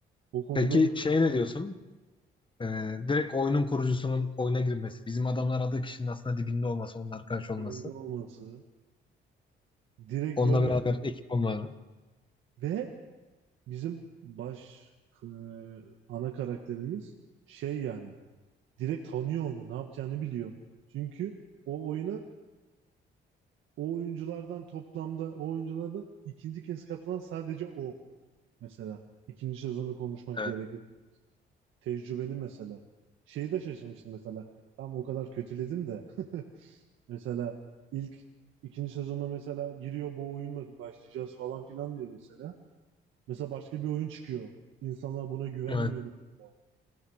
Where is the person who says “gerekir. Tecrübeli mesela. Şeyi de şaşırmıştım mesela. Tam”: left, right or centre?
Right